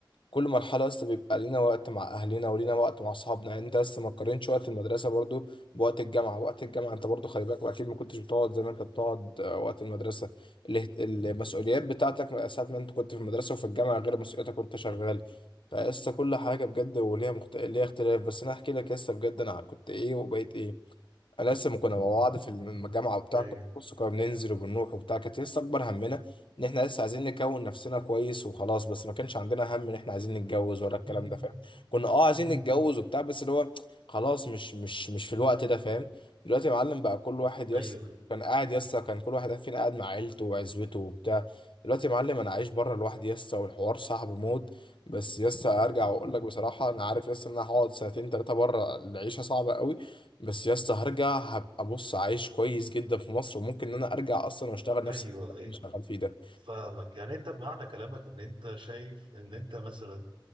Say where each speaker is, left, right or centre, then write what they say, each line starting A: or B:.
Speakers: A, on the left; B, on the right.
A: كل مرحلة لسه بيبقى لينا وقت مع أهلنا ولينا وقت مع أصحابنا يعني أنت لسه ما تقارنش وقت المدرسة برضو بوقت الجامعة وقت الجامعة أنت برضو خلي بالك أكيد ما كنتش بتقعد زي ما أنت بتقعد آه، وقت المدرسة اله- المسؤوليات بتاعتك ساعة ما أنت كنت في المدرسة وفي الجامعة غير مسؤولياتك وأنت شغال فلسه كل حاجة بجد وليها مخت... ليها اختلاف بس أنا أحكي لك لسه بجد أنا كنت إيه وبقيت إيه انا لسه ما كنا مع بعض في الجامعه وبتاع
B: ايوه
A: كنا بص كنا بننزل وبنروح وبتاع كانت لسه اكبر همنا ان احنا لسه عايزين نكون نفسنا كويس وخلاص بس ما كانش عندنا هم ان احنا عايزين نتجوز ولا الكلام
B: مهم.
A: ده فاهم كنا اه عايزين
B: مهم.
A: نتجوز وبتاع بس اللي هو خلاص مش مش مش في الوقت ده فاهم دلوقتي يا معلم بقى كل واحد يس
B: <laughs> ايوه
A: كان قاعد يس كان كل واحد فينا قاعد مع عيلته وعزوته وبتاع دلوقتي يا معلم انا عايش بره لوحدي يس والحوار صعب موت بس يس ارجع واقول لك بصراحه انا عارف يس ان انا هقعد سنتين ثلاثه بره العيشه صعبه قوي بس يا اسطى هرجع هبقى بص عايش كويس جدا في مصر وممكن ان انا ارجع اصلا واشتغل نفس
B: ايوه
A: اللي
B: ايوه
A: انا شغال فيه ده
B: فاهمك يعني انت بمعنى كلامك ان انت شايف ان انت مثلا